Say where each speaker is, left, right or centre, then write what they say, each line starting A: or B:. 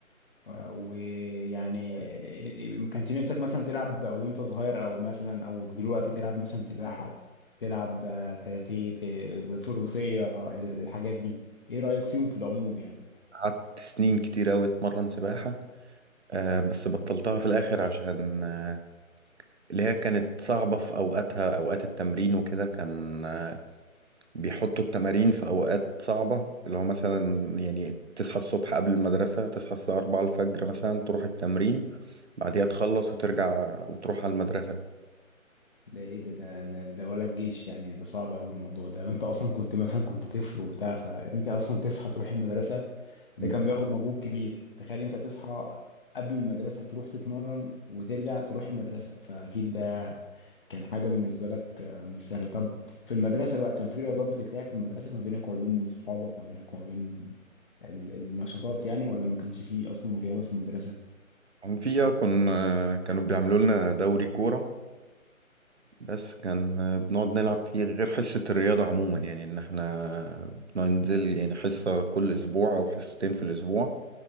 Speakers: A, on the left; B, on the right.
A: آه، ويعني إيه- ما كانش نفسك مثلا تلعب او وانت صغير او مثلا او دلوقتي تلعب مثلا سباحة تلعب آه، كاراتيه ت- فروسية الحاجات دي ايه رأيك فيهم في العموم يعني
B: قعدت سنين كتير أوي أتمرن سباحة آه بس بطلتها في الآخر عشان آه اللي هي كانت صعبة في أوقاتها أوقات التمرين وكده كان آه بيحطوا التمارين في أوقات صعبة اللي هو مثلا يعني تصحى الصبح قبل المدرسة تصحى الساعة 4 الفجر مثلا تروح التمرين بعديها تخلص وترجع وتروح على المدرسة
A: ده ايه ده ده ده, ده ولا الجيش يعني ده صعب قوي الموضوع ده انت اصلا كنت مثلا كنت طفل وبتاع فانت اصلا تصحى تروح المدرسه ده
B: مم.
A: كان بياخد مجهود كبير تخيل انت تصحى قبل المدرسه تروح تتمرن وترجع تروح المدرسه فاكيد ده كان حاجه بالنسبه لك آه، مش سهله طب في المدرسه بقى كان في رياضات بتتلعب في المدرسه ما بينك وما بين صحابك ما بينك وما بين ال- النشاطات يعني ولا ما كانش فيه اصلا رياضه في المدرسه
B: كان فيها كنا كانوا بيعملوا لنا دوري كورة بس كان آه، بنقعد نلعب فيه غير حصة الرياضة عموما يعني إن إحنا بننزل يعني حصة كل أسبوع أو حصتين في الأسبوع